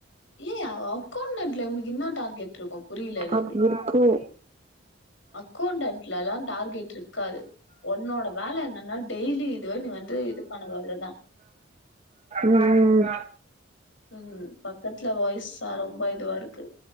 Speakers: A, on the left; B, on the right.
A: ஏ அவோ அக்கோண்டன்ட்ல உனக்கு கென்னான் டார்கெட் இருக்கு புரில எனக்கு
B: அப்டி இருக்கு
A: அக்கோண்டன்ட் ட்லல்லா டார்கெட் ட்ருக்காது உன்னோட வேல என்னன்னா டெய்லி இதுவே நீ வந்து இது பண்ணுவ அவ்ளோதா
B: ம்
A: ம் பக்கத்துல வாய்ஸா ரொம்ப இதுவா இருக்கு.